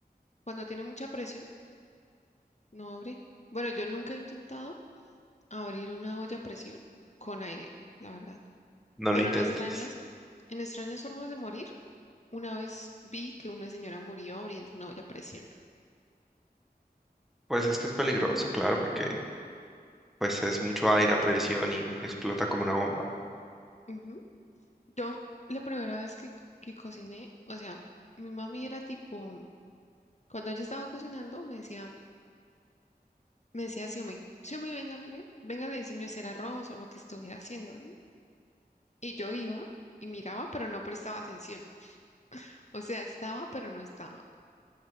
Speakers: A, on the left; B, in the centre.
A: Cuando tiene mucha presión, no abre. Bueno, yo nunca he intentado abrir una olla a presión con aire, la verdad.
B: No
A: Pero
B: lo intentes.
A: en extrañas, en extrañas formas de morir, una vez vi que una señora murió abriendo una olla a presión.
B: Pues es que es peligroso, claro, porque pues es mucho aire a presión y explota como una bomba.
A: Ujú. Yo, la primera vez que, co- que cociné, o sea, mi mami era tipo, cuando ella estaba cocinando, me decía, me decía, Xiomí, Xiomí, venga, mire, venga, le enseño a hacer arroz o lo que estuviera haciendo, ¿no? Y yo iba y miraba, pero no prestaba atención. O sea, estaba, pero no estaba.